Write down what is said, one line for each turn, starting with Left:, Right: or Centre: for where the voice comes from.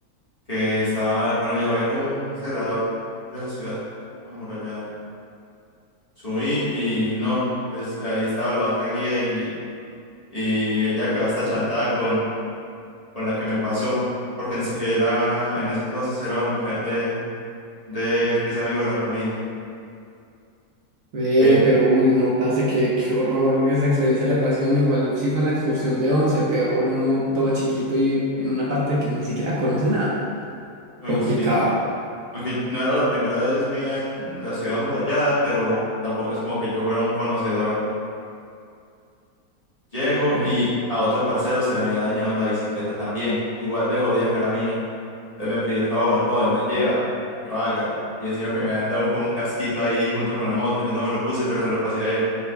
Left: que estaba con ellos, había como un celador de esa ciudad amurallada. Subí y no, es, ahí estaba la otra guía y, y ella quedó hasta chantada con, con la que me pasó, porque en, sí- era, en ese entonces era la mujer de, del que es amigo de la familia.
Right: Ve,
Left: Eh,
Right: pero uy, no, parce, qué, qué horror esa experiencia le pasé a uno. Igual sí fue en la excursión de 11, peor uno todo chiquito y en una parte que ni siquiera conoce nada.
Left: uy,
Right: Complicado.
Left: sí. Aunque no era la primera vez mía en la ciudad amurallada, pero tampoco es como que yo fuera un conocedor. Llego
Right: Eh,
Left: y a otro parcero se le había dañado la bicicleta también, igual de jodida que la mía. Entonces me pidió el favor, oye, me lleva, yo hágale. Y encima que me han dado un, como un casquito ahí junto con la moto, yo no me lo puse, pero se lo pasé a él.